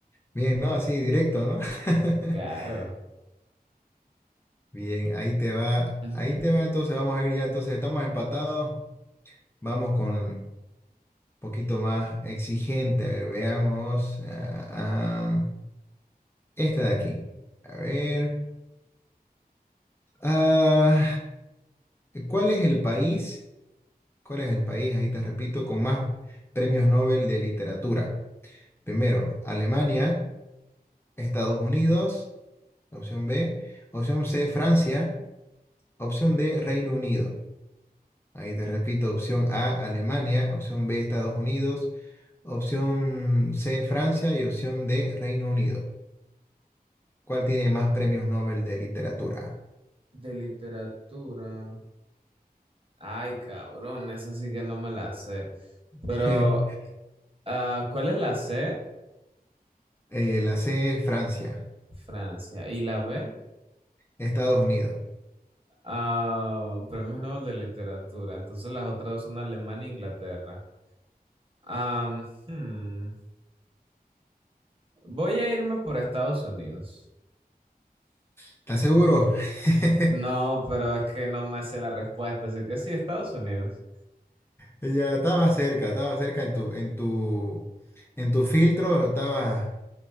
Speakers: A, on the left; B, on the right.
A: bien, no, así directo, ¿no? <laughs>
B: Claro.
A: Bien, ahí te va,
B: Ujú.
A: ahí te va, entonces vamos a ir ya, entonces estamos empatados, vamos con, poquito más exigente. A ver, veamos. ah, ah, esta de aquí. A ver. ah, ¿cuál es el país? ¿Cuál es el país? Ahí te repito, con más premios Nobel de literatura. Primero, Alemania, Estados Unidos, opción B. Opción C, Francia. Opción D, Reino Unido. Ahí te repito, opción A, Alemania, opción B, Estados Unidos, opción C, Francia y opción D, Reino Unido. ¿Cuál tiene más premios Nobel de literatura?
B: De literatura. Ay, cabrón, esa sí que no me la sé.
A: <laughs>
B: Pero, ah, ¿cuál es la C?
A: Eh, la C, Francia,
B: Francia. ¿Y la B?
A: Estados Unidos.
B: Ah, premios Nobel de Literatura. Entonces las otras dos son Alemania e Inglaterra. Am, hmm, Voy a irme por Estados Unidos.
A: ¿Estás seguro? <laughs>
B: No, pero es que no me sé la respuesta, así que sí, Estados Unidos.
A: Ya estaba cerca, estaba cerca en tu, en tu, en tu filtro, estaba